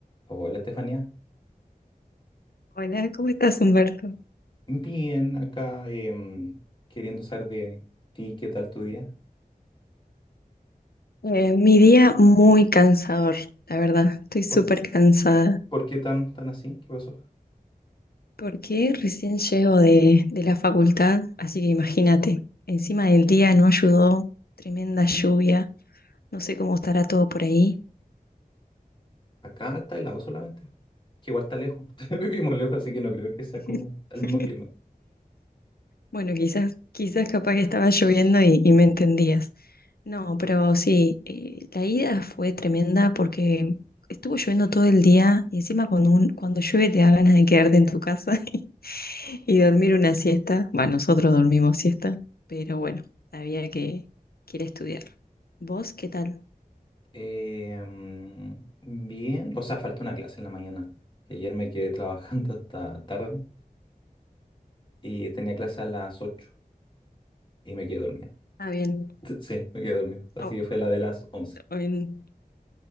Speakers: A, on the left (about 30°); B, on the left (about 85°).
A: Hola Estefanía,
B: Hola, ¿cómo estás, Humberto?
A: bien acá em, queriendo saber de ti, ¿qué tal tu día?
B: Eh, mi día muy cansador, la verdad. Estoy súper
A: ¿Por,
B: cansada
A: por qué tan, tan así? ¿Qué pasó?
B: porque recién llego de, de la facultad, así que imagínate, encima del día no ayudó, tremenda lluvia, no sé cómo estará todo por ahí.
A: Acá está helado solamente, que igual está lejos, <laughs> vivimos lejos, así que no creo que sea
B: <laughs>
A: como el mismo clima.
B: Bueno, quizás, quizás capaz que estaba lloviendo y, y me entendías. No, pero sí, eh, la ida fue tremenda porque estuvo lloviendo todo el día y encima cuando, un- cuando llueve te da ganas de quedarte en tu casa <laughs> y dormir una siesta. Bueno, nosotros dormimos siesta, pero bueno, había que, que ir a estudiar. ¿Vos qué tal?
A: Em, bien, o sea, faltó una clase en la mañana, que ayer me quedé <laughs> trabajando hasta tarde y tenía clase a las 8 y me quedé dormido. <laughs>
B: Ah, bien.
A: Sí, me quedé dormido, así
B: Oh,
A: que fue a la de las once
B: oh, bien.